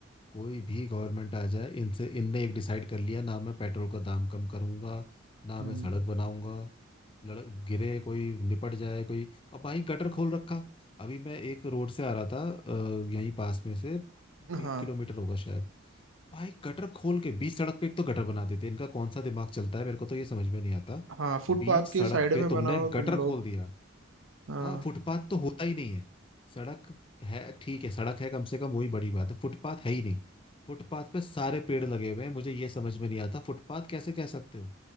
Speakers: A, on the left (about 25°); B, on the right (about 80°).
A: कोई भी गवर्नमेंट आ जाए इनसे इनने एक डिसाइड कर लिया ना मैं पेट्रोल का दाम कम करूंगा ना
B: हम्म
A: मैं सड़क बनाऊंगा लड़ गिरे कोई निपट जाए कोई और भाई गटर खोल रखा अभी मैं एक रोड से आ रहा था अ, यहीं पास में से
B: हाँ
A: तीन किलोमीटर होगा शायद भाई गटर खोल के बीच सड़क पे एक तो गटर बना देते हैं इनका कौन सा दिमाग चलता है मेरे को तो ये समझ में नहीं आता
B: हाँ फुटपाथ
A: बीच सड़क
B: के साइड
A: पे
B: में
A: तुमने
B: बनाओ तुम
A: गटर
B: लोग
A: खोल दिया
B: हाँ
A: हाँ फुटपाथ तो होता ही नहीं है सड़क है ठीक है सड़क है कम से कम वही बड़ी बात है फुटपाथ है ही नहीं फुटपाथ पे सारे पेड़ लगे हुए हैं मुझे ये समझ में नहीं आता फुटपाथ कैसे कह सकते हो